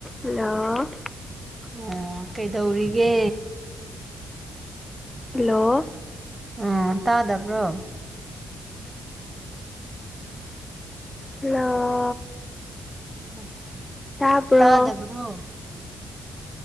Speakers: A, on the left (about 20°); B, on the right (about 20°).
A: Hello
B: ꯑꯣ ꯀꯩꯗꯧꯔꯤꯒꯦ꯫
A: Hello
B: ꯎ ꯇꯥꯗꯕ꯭ꯔꯣ
A: ꯍꯜꯂꯣ
B: ꯎ
A: ꯇꯥꯕ꯭ꯔꯣ
B: ꯇꯥꯗꯕ꯭ꯔꯣ